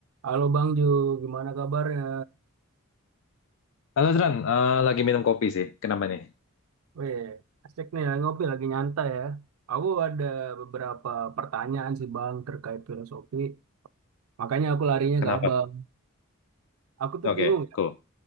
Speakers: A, on the right; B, on the left.
A: Halo Bang Ju, gimana kabarnya?
B: Halo Tran, Eh, lagi minum kopi sih. Kenapa nih?
A: Weh, asik nih ya, ngopi lagi nyantai ya. Aku ada beberapa pertanyaan sih Bang terkait filosofi, makanya aku larinya
B: Kenapa?
A: ke Abang. Aku tuh
B: Oke,
A: bingung ya,
B: cool.